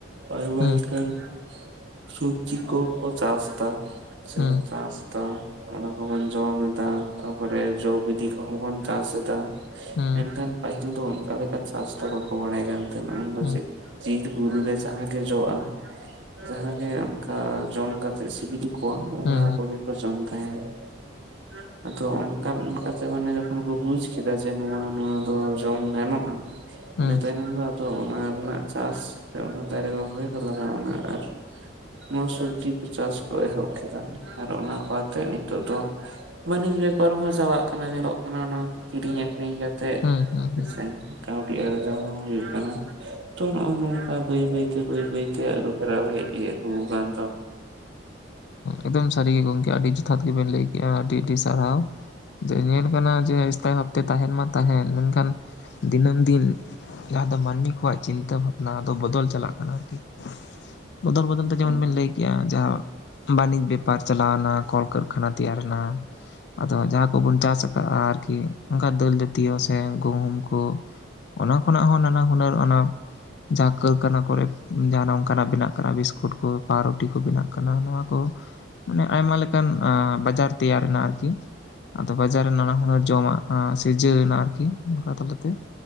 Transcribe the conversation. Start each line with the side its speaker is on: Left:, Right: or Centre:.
Right: ᱟᱭᱢᱟ
Left: ᱦᱩᱸ
Right: ᱞᱮᱠᱟᱱ ᱥᱚᱵᱡᱤ ᱠᱚ ᱠᱚ ᱪᱟᱥ ᱫᱟ ᱾ ᱥᱮ
Left: ᱦᱩᱸ
Right: ᱵᱚᱱ ᱪᱟᱥ ᱫᱟ ᱾ ᱚᱱᱟ ᱠᱚᱵᱚᱱ ᱡᱚᱢ ᱮᱫᱟ ᱾ ᱛᱟᱯᱚᱨᱮ ᱡᱚ-ᱵᱤᱞᱤ ᱠᱚᱦᱚᱸ ᱵᱚᱱ ᱪᱟᱥ ᱮᱫᱟ ᱾
Left: ᱦᱩᱸ
Right: ᱢᱮᱱᱠᱷᱟᱱ ᱯᱟᱹᱦᱤᱞ ᱫᱚ ᱚᱱᱠᱟ ᱞᱮᱠᱟ ᱪᱟᱥ ᱫᱚ ᱵᱟᱠᱚ ᱵᱟᱲᱟᱭ ᱠᱟᱱ ᱛᱟᱦᱮᱱᱟ ᱾ᱩᱱᱫᱚ
Left: ᱦᱩᱸ
Right: ᱪᱮᱫ ᱵᱤᱨ ᱵᱩᱨᱩ ᱨᱮ ᱡᱟᱦᱟᱸ ᱜᱮ ᱡᱚᱜᱼᱟ ᱾ ᱡᱟᱦᱟᱸ ᱜᱮ ᱚᱱᱠᱟ ᱡᱚᱢ ᱠᱟᱛᱮᱫ ᱥᱤᱵᱤᱞ ᱠᱚᱣᱟ ᱚᱱᱟ
Left: ᱦᱩᱸ
Right: ᱠᱚᱜᱮ ᱠᱚ ᱡᱚᱢ ᱛᱟᱦᱮᱫ ᱾ ᱟᱫᱚ ᱚᱱᱠᱟ ᱚᱱᱠᱟᱛᱮ ᱚᱱᱮ ᱡᱚᱠᱷᱚᱱ ᱠᱚ ᱵᱩᱡᱷ ᱠᱮᱫᱟ ᱡᱮ ᱱᱚᱣᱟ ᱱᱚᱣᱟ ᱫᱚ ᱡᱚᱢ ᱜᱟᱱᱚᱜᱼᱟ
Left: ᱦᱩᱸ
Right: ᱤᱱᱟᱹ ᱛᱟᱭᱱᱚᱢ ᱫᱚ ᱛᱚ ᱚᱱᱟ ᱨᱮᱱᱟᱜ ᱪᱟᱥ ᱚᱱᱟ ᱫᱟᱨᱮ ᱨᱚᱦᱚᱭ ᱠᱚ ᱞᱟᱜᱟᱣ ᱮᱱᱟ ᱟᱨ ᱱᱚᱣᱟ ᱥᱚᱵᱡᱤ ᱠᱚ ᱪᱟᱥ ᱠᱚ ᱮᱦᱚᱵ ᱠᱮᱫᱟ ᱟᱨ ᱚᱱᱟ ᱠᱚ ᱟᱛᱮᱫ ᱱᱤᱛᱚᱜ ᱫᱚ ᱵᱟᱹᱱᱤᱡᱽ ᱵᱮᱯᱟᱨ ᱦᱚᱸ ᱪᱟᱞᱟᱜ ᱠᱟᱱᱟ ᱧᱮᱞᱚᱜ ᱠᱟᱱᱟ ᱚᱱᱟ ᱠᱚ ᱠᱤᱨᱤᱧ ᱟᱠᱷᱨᱤᱧ ᱠᱟᱛᱮᱫ ᱛᱮ
Left: ᱦᱩᱸ ᱦᱩᱸ
Right: ᱦᱮᱸ
Left: ᱦᱩᱸ
Right: ᱥᱮ ᱠᱟᱹᱣᱰᱤ ᱟᱨᱡᱟᱣ ᱦᱚᱸ ᱦᱩᱭᱩᱜ ᱠᱟᱱᱟ ᱾ ᱛᱚ ᱱᱚᱜᱼᱚ ᱱᱚᱝᱠᱟ ᱵᱟᱹᱭ ᱵᱟᱹᱭᱛᱮ ᱵᱟᱹᱭ ᱵᱟᱹᱭᱛᱮ ᱟᱹᱨᱩ ᱯᱷᱮᱨᱟᱣ ᱦᱮᱡ ᱟᱹᱜᱩᱣᱟᱠᱟᱱ
Left: ᱮᱠᱫᱚᱢ ᱥᱟᱹᱨᱤ ᱜᱮ ᱜᱚᱢᱠᱮ ᱾ ᱟᱹᱰᱤ ᱡᱚᱛᱷᱟᱛ ᱜᱮᱵᱮᱱ ᱞᱟᱹᱭ ᱠᱮᱫᱼᱟ ᱟᱹᱰᱤ ᱟᱹᱰᱤ ᱥᱟᱨᱦᱟᱣ ᱾ ᱡᱮ ᱧᱮᱞ ᱠᱟᱱᱟ ᱡᱮ ᱮᱥᱛᱟᱭ ᱵᱷᱟᱵᱛᱮ ᱛᱟᱦᱮᱱ ᱢᱟ ᱛᱟᱦᱮᱱ ᱢᱮᱱᱠᱷᱟᱱ ᱫᱤᱱᱟᱹᱢ ᱫᱤᱱ ᱡᱟᱦᱟᱸ ᱫᱚ ᱢᱟᱹᱱᱢᱤ ᱠᱚᱣᱟᱜ ᱪᱤᱱᱛᱟᱹ ᱵᱷᱟᱵᱽᱱᱟ ᱫᱚ ᱵᱚᱫᱚᱞ ᱪᱟᱞᱟᱜ ᱠᱟᱱᱟ ᱟᱨᱠᱤ ᱾ ᱵᱚᱫᱚᱞ ᱵᱚᱫᱚᱞ
Right: ᱦᱮᱸ ᱮᱠᱟᱞ
Left: ᱛᱮ ᱡᱮᱚᱱ ᱵᱮᱱ ᱞᱟᱹᱭ ᱡᱟᱦᱟᱸ ᱵᱟᱹᱱᱤᱡᱽ ᱵᱮᱯᱟᱨ ᱪᱟᱞᱟᱣᱱᱟ ᱠᱚᱞ ᱠᱟᱨᱠᱷᱟᱱᱟ ᱛᱮᱭᱟᱨ ᱮᱱᱟ ᱟᱫᱚ ᱡᱟᱦᱟᱸ ᱠᱚᱵᱚᱱ ᱪᱟᱥ ᱟᱠᱟᱫᱼᱟ ᱟᱨᱠᱤ ᱚᱱᱠᱟ ᱫᱟᱹᱞ ᱡᱟᱹᱛᱤᱭᱚ ᱥᱮ ᱜᱩᱦᱩᱢ ᱠᱚ ᱚᱱᱟ ᱠᱷᱚᱱᱟᱜ ᱦᱚᱸ ᱱᱟᱱᱟ ᱦᱩᱱᱟᱹᱨ ᱚᱱᱟ ᱡᱟᱦᱟᱸ ᱠᱟᱹᱨᱠᱷᱟᱱᱟ ᱠᱚᱨᱮ ᱡᱟᱦᱟ ᱚᱱᱠᱟᱱᱟᱜ ᱵᱮᱱᱟᱜ ᱠᱟᱱᱟ ᱵᱤᱥᱠᱩᱴ ᱠᱚ ᱠᱚ ᱵᱮᱱᱟᱜ ᱠᱟᱱᱟ ᱱᱚᱣᱟ ᱠᱚ ᱢᱟᱱᱮ ᱟᱭᱢᱟ ᱞᱮᱠᱟᱱ ᱵᱟᱡᱟᱨ ᱛᱮᱭᱟᱨ ᱮᱱᱟ ᱟᱨᱠᱤ ᱟᱫᱚ ᱵᱟᱡᱟᱨ ᱨᱮ ᱱᱟᱱᱟ ᱦᱩᱱᱟᱹᱨ ᱡᱚᱢᱟᱜᱼᱟ ᱥᱤᱨᱡᱟᱹᱣ ᱮᱱᱟ ᱟᱨᱠᱤ ᱱᱚᱝᱠᱟ ᱛᱟᱞᱟᱛᱮ ᱾